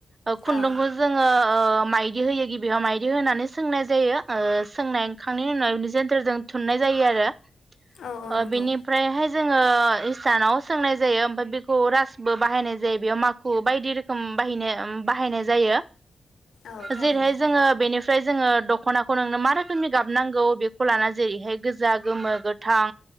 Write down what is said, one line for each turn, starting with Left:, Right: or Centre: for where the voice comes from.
Right: ओ खुन्दुंखौ
Left: औ
Right: जोङो ओ माइदि होयो गिबियाव माइदि होनानै सोंनाय जायो ओ सोंनाय खांनायनि उनाव बि जोन्थोरजों थुननाय जायो आरो
Left: औ
Right: ओ
Left: नंगौ
Right: बेनिफ्रायहाय जोङो इसानाव सोंनाय जायो ओमफ्राय बेखौ रासबो बाहायनाय जायो बेयाव माखु बायदि रोखोम बाहायनाय बाहायनाय जायो
Left: औ थारैनो
Right: जेरैहाय जोङो बेनि ओमफ्राय जोङो दखनाखौ नोंनो मा रोखोमनि गाबनांगौ बेखौ लाना जेरैहाय गोजा गोमो गोथां